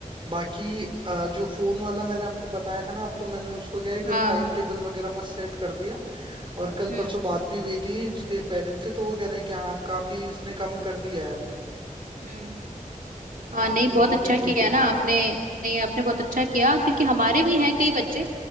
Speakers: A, on the right; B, on the right.
A: बाकी अ, जो फोन वाला मैंने आपको बताया था ना अब तो मैंने उसको क्या है, एकदम
B: हाँ
A: टाइम टेबल वगैरह मस्त सेट कर दिया और कल
B: हम्म
A: परसों बात भी हुई थी इसके पेरेंट्स से तो वो कह रहे हैं कि हाँ अब काफी इसने कम कर दिया है
B: हम्म
A: है
B: हाँ
A: ना
B: नहीं
A: तो
B: बहुत
A: वो
B: अच्छा
A: भी ठीक
B: किया
A: है
B: ना
A: हाँ
B: आपने नहीं आपने बहुत अच्छा किया क्योंकि हमारे भी हैं कई बच्चे